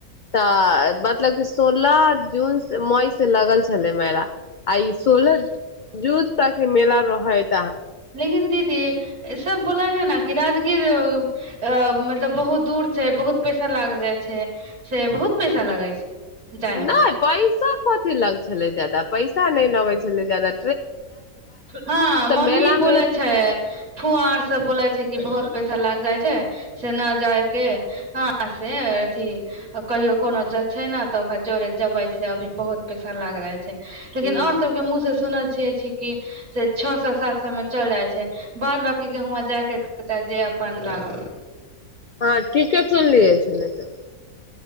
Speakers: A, on the left; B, on the right.
A: तऽ मतलब क सोलह जून मई से लगल छलै मेला आइ सोलह जूत त के मेला रह <unintelligible>
B: लेकििन दीदी सब बोलाै है कीरााद कि अ मतलब बहुत दूर छै बहुत पैसा लाग जाइ छै से बहुत पैसा लगे छै जाय मे
A: नहि पइसा कथी लग छलै जदाा पैसा नहि लगैत छलै जाादा
B: हँ मम्मी
A: मेला
B: बोले
A: मे
B: छै फुआर सब बोले छै कि बहुत पैसा लाग जाइ छै से न जाय के ह से अथी कहियो कोनो छै ने तऽ ओकरा जोड़े जबे से अभी बहुत पैसा लाग जाइ छै लेकिन
A: ह
B: आऔर सबके मुँह से सुनल छियै छी कि से छओ सए सात सए मे चल जाइ छै बाद बकी के हआां जायके खचा जे अपन लाग
A: हँ ठीके चललियै छल तऽ